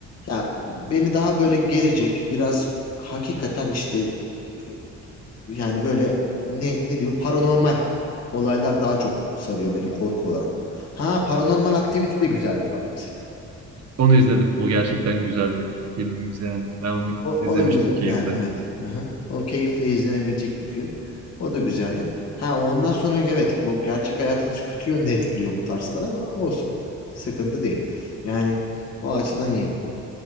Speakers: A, on the left; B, on the right.
A: Ya beni daha böyle gelecek biraz hakikaten işte e, yani böyle ne, ne diyor paranormal olaylar daha çok sarıyor beni korku olarak. Ha paranormal aktivite de güzeldir bak mesela.
B: Onu izledim. O gerçekten güzel bir filmimiz yani. Ben onu
A: O,
B: izlemiştim
A: o da güzel
B: keyifle.
A: yani evet. Hı-hı. O keyifle izlenebilecek bir film. O da güzeldi. Ha ondan sonra evet bu gerçek hayatınız kötü yönde etkiliyor bu tarzlar ama olsun. Sıkıntı değil. Yani o açıdan iyi.